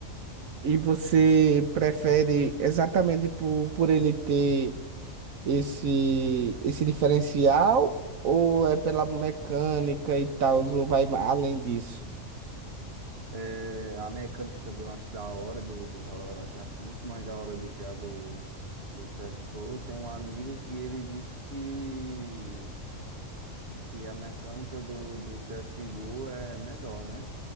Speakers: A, on the right; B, on the right.
A: e você prefere exatamente por, por ele ter esse, esse diferencial ou é pela mecânica e tal, ou vai ma- além disso?
B: É, a mecânica também eu acho da hora do, do Valorant. Eu acho muito mais da hora do que a do, do CSGO. Eu tenho um amigo que ele disse que, que a mecânica do, do CSGO é melhor, né?